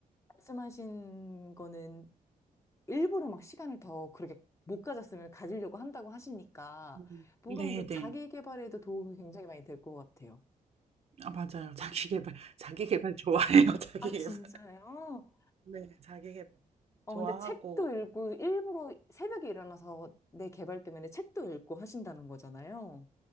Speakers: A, on the left; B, on the right.
A: 말씀하신 거는 일부러 막 시간을 더 그렇게 못 가졌으면 가지려고 한다고 하시니까
B: 음.
A: 뭔가
B: 네,
A: 근데
B: 네.
A: 자기 개발에도 도움이 굉장히 많이 될 것 같아요.
B: 아, 맞아요. <laughs> 자기 개발. 자기 개발 좋아해요. <laughs> 자기
A: 아,
B: 개발.
A: 진짜요?
B: 네, 자기 개발.
A: 어,
B: 좋아하고
A: 근데 책도 읽고 일부러 새벽에 일어나서 내 개발 때문에 책도 읽고 하신다는 거잖아요.